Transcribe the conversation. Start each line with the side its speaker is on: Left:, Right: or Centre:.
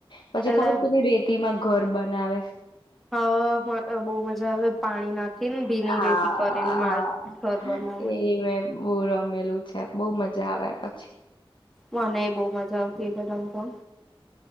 Left: પછી
Centre: એટલે
Left: ખબર પેલી રેતી માં ઘર બનાવે.
Centre: હા મત બહુ મજા આવે. પાણી નાખીને ભીની
Left: હા
Centre: રેતી કરીને ઘર
Left: હા
Centre: બનાવવાનું
Left: એ મેં બવ રમેલું છે બઉ મજ જા આવે પછી
Centre: મને એ બહુ મજા આવતી એ બધા મ તો